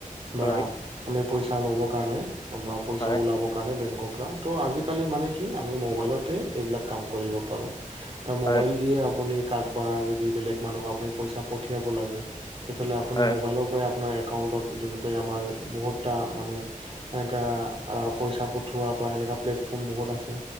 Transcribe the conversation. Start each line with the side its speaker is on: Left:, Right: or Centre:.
Right: বা
Left: হয়,
Right: আমি পইচা ল'বৰ কাৰণে বা পইচা
Left: হয়,
Right: ওলাব কাৰণে বেংকৰ পৰা ত' আজিকালি মানে কি আমি মোবাইলতে এইবিলাক কাম কৰিব পাৰোঁ। তাৰ মোবাইল
Left: হয়,
Right: দিয়ে আপুনি কাৰোবা যদি বেলেগ মানুহক আপুনি পইচা পঠিয়াব লাগে। তেতিয়াহ'লে আপুনি
Left: হয়,
Right: মোবাইলৰ পৰাই আপোনাৰ একাউণ্টত, যোনকৈ আমাৰ বহুতটা মানে এনেুৱা পইচা পঠিওৱা বা এনেকুৱা প্লেটফৰ্ম বহুত আছে।